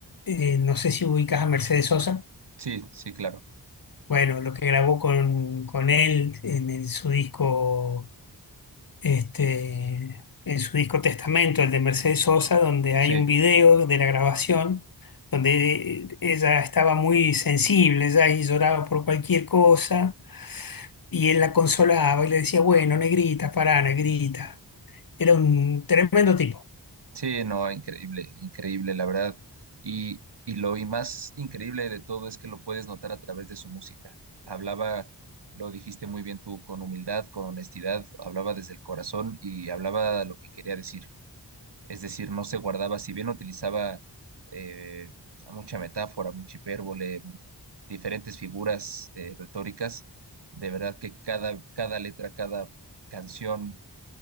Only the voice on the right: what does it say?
Sí, sí, claro.
Sí.
Sí, no, increíble, increíble, la verdad. Y, y lo y más increíble de todo es que lo puedes notar a través de su música. Hablaba, lo dijiste muy bien tú, con humildad, con honestidad, hablaba desde el corazón y hablaba lo que quería decir. Es decir, no se guardaba, si bien utilizaba eh, mucha metáfora, mucha hipérbole, diferentes figuras eh, retóricas, de verdad que cada, cada letra, cada canción